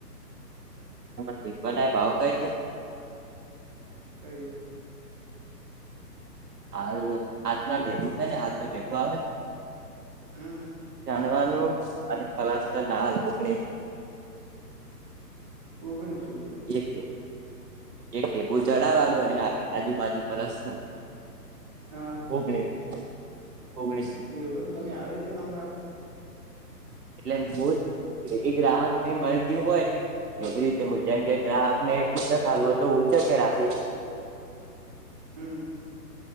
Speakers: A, on the right; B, on the right.
A: <inaudible> દીખવાનાય ભાવ કઈ દો
B: કઈ છે
A: હાર આજના ડેબુ છે ને આજ નુ ડેબુ આવે ને
B: હમ
A: જાણવાનું અને ફલાસ ના હાલવો <unintelligible>
B: ઓગણીસ રૂપિયા
A: એક એક કે બહુ ચડાવવાળો એના આજુબાજુ પલસ્થ
B: હા
A: ઓગણી રૂપિયા ઓગણીસ
B: એવું એમ તમે આવે રીતે કમરા
A: એટલે બોલ તેથી એવી ગ્રાહકને મળતી હોય એવી રીતે જેમ કે ગ્રાહકને હુંચક ખાવુ હોય તો હુંચકે રાખી એ
B: હમ